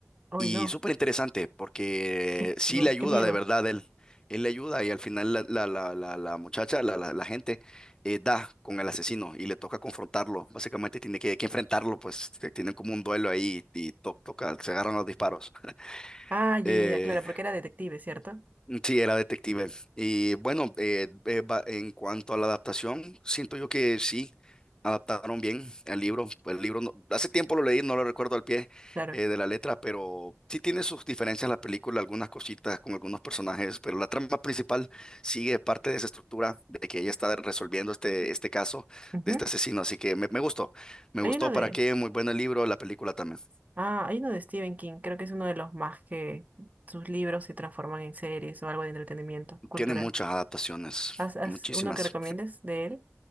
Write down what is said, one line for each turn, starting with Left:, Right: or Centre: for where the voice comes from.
Right: Uy,
Left: y
Right: no.
Left: súper interesante, porque
Right: <laughs>
Left: sí
Right: No,
Left: le ayuda
Right: qué miedo.
Left: de verdad él. Él le ayuda y al final la, la, la, la, la muchacha, la, la, la gente, eh, da con el asesino y le toca confrontarlo. Básicamente tiene que, que enfrentarlo, pues te- tienen como un duelo ahí y to- toca, se agarran los disparos. <laughs>
Right: Ah, ya,
Left: Eh,
Right: ya, ya, claro, porque era detective, ¿cierto?
Left: Sí, era detective. Y bueno, eh, eh, va- en cuanto a la adaptación, siento yo que sí, adaptaron bien el libro. El libro, no- hace tiempo lo leí, no lo recuerdo al pie
Right: Claro.
Left: eh, de la letra, pero sí tiene sus diferencias la película, algunas cositas con algunos personajes, pero la trama principal sigue parte de esa estructura de que ella está resolviendo este, este caso
Right: Ujú.
Left: de este asesino. Así que me, me gustó, me
Right: Hay
Left: gustó
Right: uno de.
Left: para qué, muy buen el libro, la película también.
Right: Ah, hay uno de Stephen King. Creo que es uno de los más que sus libros se transforman en series o algo de entretenimiento cultural.
Left: Tiene muchas adaptaciones,
Right: ¿Has, has
Left: muchísimas.
Right: uno que recomiendes de él?